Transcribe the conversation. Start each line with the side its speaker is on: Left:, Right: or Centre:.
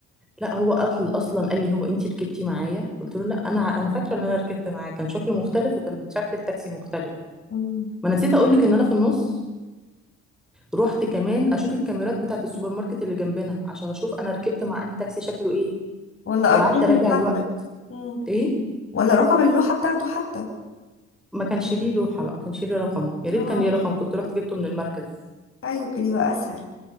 Centre: لا هو اصل اصلا قال لي هو انت ركبتي معايا قلت له لا انا ع- انا فاكره ان انا ركبت معاه كان شكله مختلف وكان شكل التاكسي مختلف
Left: مم.
Centre: ما انا نسيت اقول لك ان انا في النص رحت كمان اشوف الكاميرات بتاعت السوبر ماركت اللي جنبنا عشان اشوف انا ركبت مع انهي تاكسي شكله ايه
Left: ولا
Centre: وقعدت
Left: أرقامه
Centre: اراجع
Left: حتى
Centre: الوقت
Left: مم.
Centre: ايه
Left: ولا رقم اللوحة بتاعته حتى
Centre: ما كانش ليه لوحة بقى ما كانش ليه رقم يا ريت
Left: اه
Centre: كان ليه رقم كنت رحت جبته من المركز
Left: أيوة كان يبقى أسهل